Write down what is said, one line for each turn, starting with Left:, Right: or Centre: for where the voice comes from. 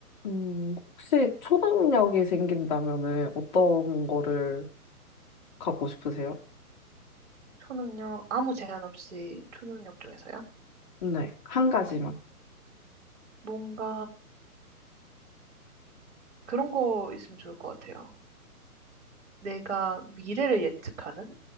Left: 음, 혹시 초능력이 생긴다면은 어떤 거를 갖고 싶으세요?
Right: 초능력, 아무 제한 없이 초능력 중에서요?
Left: 네, 한 가지만.
Right: 뭔가 그런 거 있으면 좋을 것 같아요. 내가 미래를 예측하는